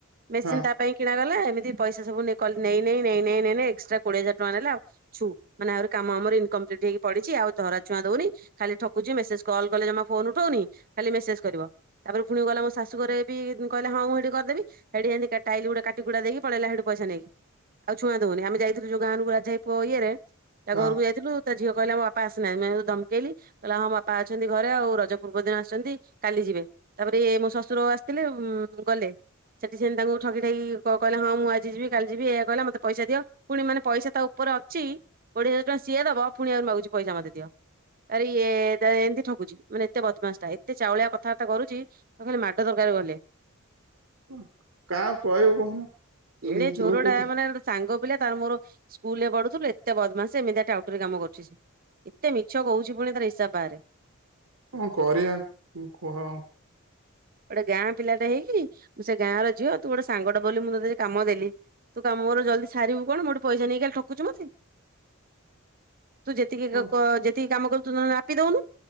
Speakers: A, on the right; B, on the right.
A: ମେସିନ
B: ହଁ
A: ତା ପାଇଁ କିଣା ଗଲା ଏମିତି ପଇସା ସବୁ କଲା ନେଇ ନେଇ ନେଇ ଏକ୍ସଟ୍ରା କୋଡି ହଜାର ଟଙ୍କା ନେଲା। ଛୁ। ମାନେ କାମ ଆହୁରି ଆମ ଇନକମ୍ପ୍ଲିଟ୍ ହେଇି ପଡିଚି ଆଉ ଧରା ଛୁଁ ଦଉନି। ଖାଲି ଠକୁଚି ମେସେଜ କ୍ କଲେ ଜମା ଫୋନ ଉଠଉନି ଖାଲି ମେସେଜ ତାପରେ ପୁଣି ଗଲେ ମୋ ସାସ୍ ଶୁ ଘରେ ବି କହିଲା ହଁ ମୁଁ ଏଇଠି କରିଦେବି ସେଠି ଶେନ୍ତି ଟାଇଲ କାଟିକୁଟା ଦେଇକି ପଳେଇଲା ସେଠି ପଇସା ନେଇକି। ଆଉ ଛୁଆଁ ଦଉନି ଆମେ ଯାଇଥିଲୁ ଯୋଉ ଗାଁକୁ ରାଜା ହେଇ ପୁ ଇଏରେ ତା
B: ହଁ
A: ଘରକୁ ଯାଇଥିଲୁ। ତା ଝିଅ କହିଲା ମୋ ବାପା ଆସିନାହାନ୍ତି ମୁଁ ଧମକେଇଲି। କହିଲା ହଁ ବାପା ଅଛନ୍ତି ଘରେ ଆଉ ରଜ ପୂର୍ବ ଦିନ ଆସଛନ୍ତି କାଲି ଯିବେ ତାପରେ ଇଏ ମୋ ଶଶୁର ଶଶୁର ଆସିଥିଲେ ଗଲେ। ସେଠି ସେନ୍ତି ତାକୁ ଠକି ଠାକି କହିଲା ହଁ ମୁଁ ଆଜି ଯିବି କାଲି ଯିବି ଏହା କଇଲା ମତେ ପଇସା ଦିଅ। ପୁଣି ମାନେ ପଇସା ତା ଉପରେ ଅଛି କୋଡିଏ ହଜାର ଟଙ୍କା ସିଏ ଦବ ପୁଣି ଆହୁରି ମାଗୁଛି ପଇସା ମତେ ଦିଅ। ଆରେ ଇ ଏମିତି ଠକୁଛି ମାନେ ଏତେ ବଦମାସ ଟା ଏତେ ଚାଉଳିଆ କଥାବାର୍ତା କରୁଚି। କୁ ଖାଲି ମାଡ ଡ ଦରକାର ଗଲେ।
B: ଅଁ କାଉ କଇଉ କଉନ
A: ଏଡେ
B: ନିଜ
A: ଚୋରଟା
B: ଲୋକ ତ
A: ମାନେ ଗୋଟେ ସାଙ୍ଗ ପିଲା ତାର ମୋର ସ୍କୁଲ୍ ରେ ପଢୁଥୁଲୁ ଏତେ ବଦମାସୀ ଏମିତିଆ ଟାଉଟରି କାମ କରୁଚି ସିଏ। ଏତେ ମିଛ କହୁଛି ପୁଣି ତାର ହିସାବ ବାହାରେ।
B: କଁ କରିଆ କୁ କୁହ ଆଉ?
A: ଓଟେ ଗାଁ ପିଲାଟେ ହେଇକି ମୁଁ ସେ ଗାଁର ଝିଅ ତୁ ଗୋଟେ ସାଙ୍ଗଟେ ବୋଲି ମୁଁ ତତେ ଏ କାମ ଦେଲି। ତୁ କାମ ମୋର ଜଲ୍ଦୀ ସାରିବୁ କଣ ମୋଠୁ ପଇସା ନେଇକି ଖାଲି ଠକୁଚୁ ମତେ? ତୁ ଯେତିକି
B: କଣ
A: ଗକ ଯେ ତିି କାମ କଲୁ ତୁ ନହେନେ ମାପି ଦଉନୁ